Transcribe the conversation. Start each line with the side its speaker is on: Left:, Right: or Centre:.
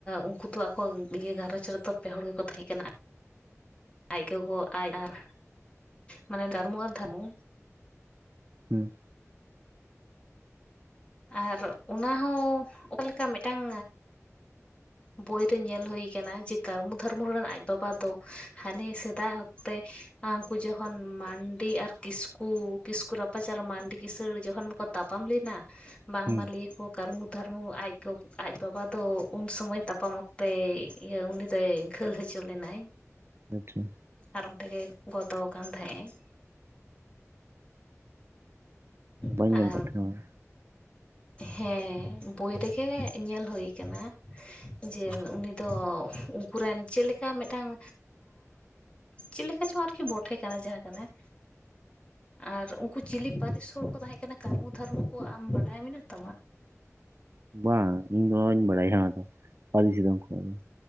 Left: ᱩᱱᱠᱩ ᱫᱚ ᱟᱠᱚᱤᱭᱟᱹ ᱜᱷᱟᱨᱚᱸᱧᱡᱽ ᱨᱮᱫᱚ ᱯᱮ ᱦᱚᱲ ᱜᱮᱠᱚ ᱛᱟᱦᱮᱸ ᱠᱟᱱᱟ ᱟᱡ ᱜᱚᱜᱚ ᱟᱡ ᱟᱨ ᱢᱟᱱᱮ ᱠᱟᱨᱢᱩ ᱟᱨ ᱫᱷᱟᱨᱢᱩ
Right: ᱦᱩᱸ
Left: ᱟᱨ ᱚᱱᱟ ᱦᱚᱸ ᱚᱠᱟᱞᱮᱠᱟ ᱢᱤᱫᱴᱟᱝ ᱵᱳᱭ ᱨᱮ ᱧᱮᱞ ᱦᱩᱭ ᱠᱟᱱᱟ ᱡᱮ ᱠᱟᱨᱢᱩ ᱫᱷᱟᱨᱢᱩ ᱨᱮᱱ ᱟᱡ ᱵᱟᱵᱟ ᱫᱚ ᱦᱟᱱᱮ ᱥᱮᱫᱟᱭ ᱚᱠᱛᱮ ᱟᱨ ᱩᱱᱠᱩ ᱡᱚᱠᱷᱚᱱ ᱢᱟᱱᱰᱤ ᱟᱨ ᱠᱤᱥᱠᱩ ᱠᱤᱥᱠᱩ ᱨᱟᱯᱟᱪ ᱟᱨ ᱢᱟᱱᱰᱤ ᱠᱤᱥᱟᱹᱲ ᱡᱚᱠᱷᱚᱱ ᱠᱚ ᱛᱟᱯᱟᱢ ᱞᱮᱱᱟ ᱵᱟᱝᱢᱟ
Right: ᱦᱩᱸ
Left: ᱞᱟᱹᱭ ᱟᱠᱚ ᱠᱟᱹᱨᱢᱩ ᱫᱷᱟᱹᱨᱢᱩ ᱟᱡ ᱜᱚ ᱟᱡ ᱵᱟᱵᱟ ᱫᱚ ᱩᱱ ᱥᱚᱢᱚᱭ ᱛᱟᱯᱟᱢ ᱚᱠᱛᱮ ᱤᱭᱟᱹ ᱩᱱᱤᱫᱚᱭ ᱜᱷᱟᱹᱞ ᱦᱚᱪᱚ ᱞᱮᱱᱟᱭ
Right: ᱟᱪᱪᱷᱟ
Left: ᱟᱨ ᱚᱱᱛᱮ ᱜᱮ ᱜᱚᱛᱚᱣ ᱟᱠᱟᱱ ᱛᱟᱦᱮᱸᱜ ᱮ
Right: ᱵᱟᱹᱧ
Left: ᱮ
Right: ᱟᱸᱡᱚᱢ
Left: ᱟᱨ
Right: ᱟᱠᱟᱫ ᱛᱟᱦᱮᱱᱟ
Left: ᱦᱮᱸ ᱵᱚᱭ ᱨᱮᱜᱮ ᱧᱮᱞ ᱦᱩᱭ ᱟᱠᱟᱱᱟ ᱡᱮ ᱩᱱᱤ ᱫᱚ ᱩᱱᱠᱩ ᱨᱮᱱ ᱪᱮᱫ ᱞᱮᱠᱟ ᱢᱤᱫᱴᱟᱝ ᱪᱮᱫ ᱞᱮᱠᱟ ᱪᱚᱝ ᱟᱨᱠᱤ ᱵᱚᱴᱮ ᱠᱟᱱᱟ ᱡᱟᱦᱟᱸ ᱠᱟᱱᱟᱭ ᱟᱨ ᱩᱱᱠᱩ ᱪᱤᱞᱤ ᱯᱟᱹᱨᱤᱥ ᱦᱚᱲ ᱠᱚ ᱛᱟᱦᱮᱸᱠᱟᱱᱟ ᱠᱟᱨᱢᱩ ᱫᱷᱟᱨᱢᱩ ᱠᱚ ᱟᱢ ᱵᱟᱰᱟᱭ ᱢᱮᱱᱟᱜ ᱛᱟᱢᱟ?
Right: ᱵᱟᱝ ᱤᱧᱫᱚ ᱚᱦᱚᱧ ᱵᱟᱲᱟᱭ ᱚᱱᱟ ᱯᱟᱨᱤᱥ ᱫᱚ ᱩᱱᱠᱩᱣᱟᱜ ᱫᱚ